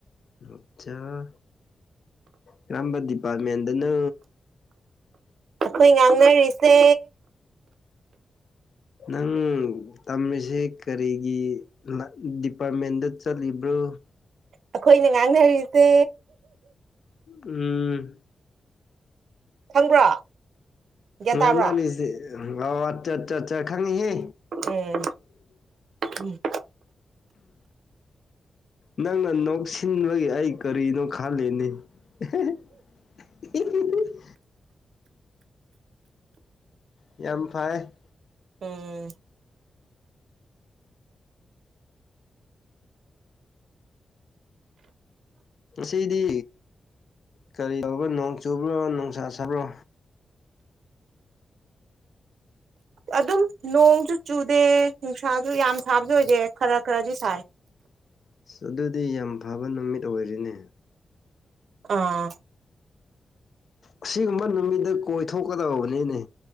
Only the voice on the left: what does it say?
ꯑꯆꯥꯥ ꯀꯝꯕ ꯗꯤꯄꯥꯔꯃꯦꯟꯅ
ꯅꯪ ꯇꯝꯃꯤꯁꯦ ꯀꯔꯤꯒꯤ ꯗꯤꯄꯥꯔꯠꯃꯦꯟꯗ ꯆꯠꯂꯤꯕ ꯭ꯔꯣ
ꯎꯝ
ꯉꯪꯅꯅꯤꯁꯤꯦ
ꯑ ꯑꯠꯆꯥ ꯑꯠꯠ ꯈꯪꯉꯍꯦ
ꯅꯪꯅ ꯅꯣꯛꯁꯤꯟꯕꯒꯤ ꯑꯩ ꯀꯔꯤꯅꯣ ꯈꯜꯂꯤꯅꯤ <unintelligible> ꯌꯥꯝ ꯐꯥꯏ
ꯑꯁꯤꯗꯤ ꯀꯔꯤ ꯇꯔꯕꯣ ꯅꯣꯡ ꯆꯨꯕ꯭ꯔꯣ ꯅꯨꯡꯁꯥ ꯁꯥꯕ꯭ꯔꯣ
ꯑꯁ ꯑꯗꯨꯗꯤ ꯌꯥꯝ ꯐꯕ ꯅꯨꯃꯤꯠ ꯑꯣꯏꯔꯤꯅꯦ
ꯑꯁꯤꯒꯨꯝꯕ ꯅꯨꯃꯤꯠꯇ ꯀꯣꯏꯊꯣꯛꯀꯗꯕꯅꯤꯅꯦ